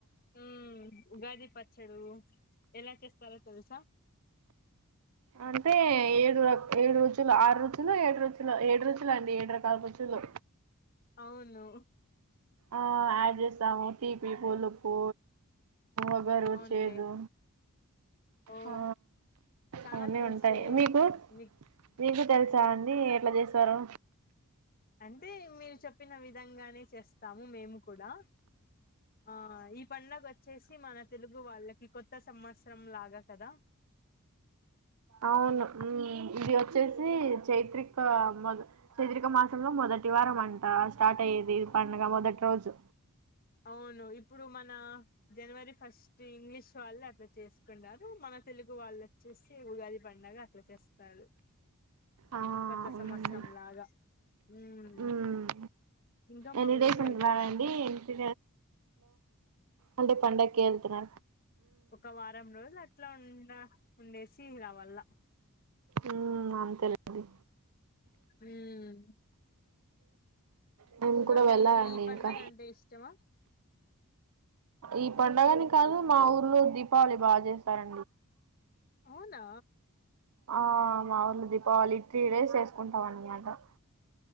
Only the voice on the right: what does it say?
అంటే ఏడుర ఏడు రుచులు ఆరు రుచులో, ఏడు రుచులో, ఏడు రుచులు అండి ఏడు రకాల రుచులు.
ఆ ఆడ్జేసాము పీపి పులుపు ఒగరు
చేదు
ఆ
అవున్నీ
ఉంటాయి మీకు
మీకు తెలుసా
అండి ఎట్లా చేసారో
అవును ఊమ్ ఇది ఓచ్చేసీ చైత్రిక మొద చైత్రిక మాసంలో మొద. దటి వారం అంటా స్టార్ట్ అయ్యేది పండుగ మొదటి రోజు.
ఆ
అవునండి
మ్మ్.
ఎన్ని
డేస్ ఉంటున్నారండి
ఇంటి అంటే పండక్కి ఎళ్తరా
ఉమ్ ఆంథెలీ
నేను
కూడా వెళ్ళాలండి
ఇంకా
ఈ పండుగాని కాదు మా ఊర్లో దీపావళి బాగా చేస్తారా
ఆ మా ఊళ్ళ దీపావళి త్రీ డేస్ చేసుకుంటాం అన్నమాట